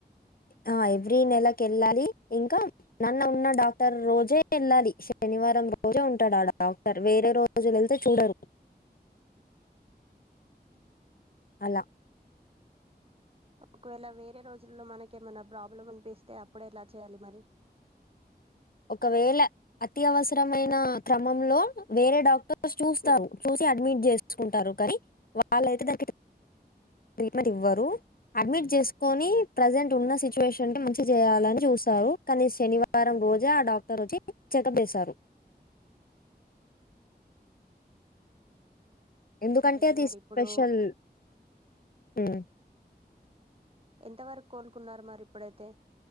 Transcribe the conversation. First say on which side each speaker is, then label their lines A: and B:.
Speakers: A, on the left; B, on the right.
A: ఆ ఎవ్రీ నెలకి వెళ్ళాలి ఇంకా నన్న ఉన్న డాక్టర్ రోజే వెళ్ళాలి శనివారం రోజే ఉంటాడు అడా ఆ డాక్టర్ వేరే రోజులు అయితే చూడరు అలా
B: ఒకవేళ వేరే రోజుల్లో మనకేమైనా ప్రాబ్లం అనిపిస్తే అప్పుడే ఎలా చేయాలి మరి
A: ఒకవేళ అతి అవసరమైన క్రమంలో వేరే డాక్టర్స్ చూస్తారు చూ అడ్మిట్ చేసుకుంటారు కానీ వాళ్ళయితే దాని ట్రీట్మెంట్ ఇవ్వరు అడ్మిట్ చేసుకొని ప్రజెంట్ ఉన్న సిచువేషన్ మంచి చేయాలని చూస్తారు కానీ శనివారం రోజు గా ఆ డాక్టర్ వచ్చి చెకప్ చేస్తారు ఎందుకంటే
B: అయితే
A: అది
B: మరి
A: స్పెషల్
B: ఇప్పుడు
A: మ్
B: ఎంతవరకు కోలుకున్నారు మరి ఇప్పుడైతే